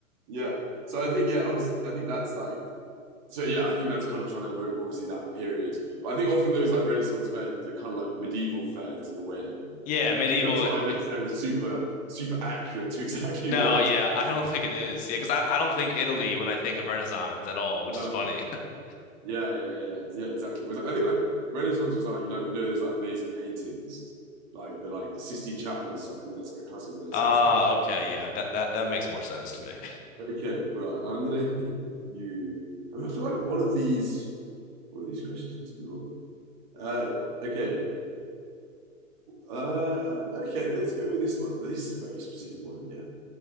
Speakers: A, on the right; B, on the left.
A: Yeah. So I think yeah, obviously, I think that's like So yeah, I think that's kind of trying to evoke obviously that period. But I think often those like Renaissance fairs are kind of like medieval fairs in a way.
B: Yeah, medieval.
A: You know, it's not like
B: me-
A: necessarily super super accurate to <laughs> exactly
B: No,
A: what that
B: yeah,
A: time
B: <laughs> I don't
A: was
B: think it is.
A: like.
B: Yeah, because I, I don't think Italy when I think of Renaissance at all,
A: No,
B: which is funny. <laughs>
A: yeah, yeah, yeah, yeah, yeah, exactly. It was I think like Renaissance was like you know you know those like amazing paintings, like the like the Sistine Chapel and stuff. I think that's like a classic Renaissance
B: Ah,
A: thing.
B: okay, yeah, that that that makes more sense to me.
A: Okay, right. I'm gonna hit you. I, mean, I feel like one of these one of these questions must be wrong. Uh, okay. Uh, okay, let's go with this one. This is a very specific one again.